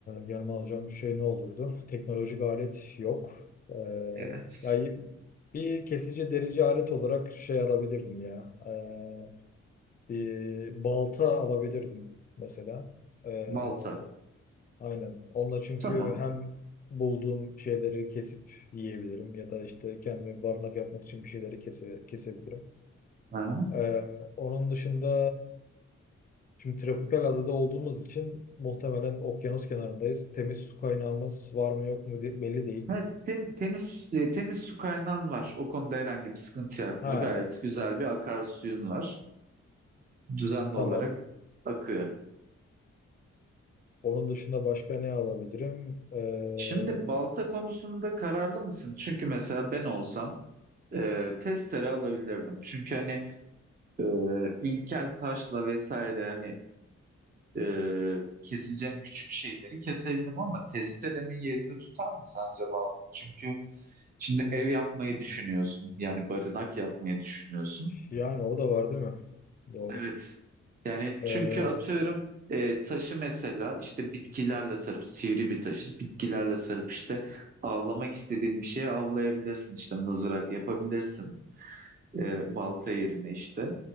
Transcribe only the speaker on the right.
Evet,
Malta.
Tamam.
Aha.
Evet, ten- tenis, e, temiz su kaynağın var. O konuda herhangi bir sıkıntı yapma.
Gayet güzel bir akarsuyun var. Düzenli
olarak akıyor.
Şimdi balta konusunda kararlı mısın? Çünkü mesela ben olsam e, testere alabilirdim. Çünkü hani e, ilkel taşla vesaire hani e, keseceğim küçük şeyleri kesebilirim ama testerenin yerini tutar mı sence balta? Çünkü şimdi ev yapmayı düşünüyorsun. Yani barınak yapmayı düşünüyorsun.
Evet. Yani
çünkü atıyorum e, taşı mesela işte bitkilerle sarıp sivri bir taşı bitkilerle sarıp işte avlamak istediğin bir şeye avlayabilirsin. İşte mızrak yapabilirsin e, balta yerine işte.